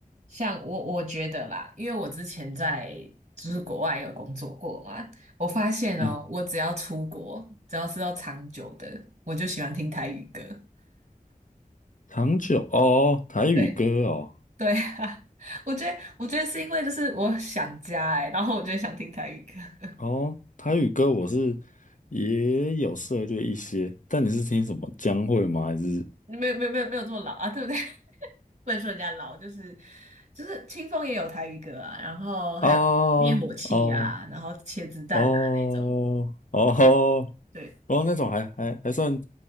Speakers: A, on the right; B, on the left.
A: 像我，我觉得啦，因为我之前在就是国外有工作过嘛，我发现哦，
B: 嗯，
A: 我只要出国，只要是要长久的，我就喜欢听台语歌。
B: 糖酒哦，台语歌哦，
A: 对对啊，<laughs> 我觉得我觉得是因为就是我想家哎、然后我就想听台语歌，
B: 哦，台语歌我是也有涉猎一些，但你是听什么将会吗？还是
A: 没有没有没有没有这么老啊，对不对？<laughs> 不能说人家老，就是就是清风也有台语歌啊，然后还有灭火器啊，
B: 哦哦
A: 然后切子蛋啊那种，
B: 哦哦
A: 对。
B: 哦那种还还还算